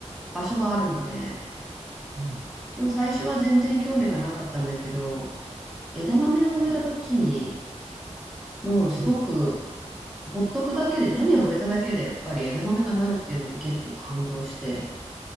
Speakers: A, in the centre; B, on the right (about 85°).
A: 場所があるので、
B: うん、
A: まあ、最初は全然興味がなかったんだけど、枝豆を植えた時に、もうすごく
B: うん。
A: ほっとくだけで、種を植えただけで、やっぱり枝豆がなるっていうのに結構感動して、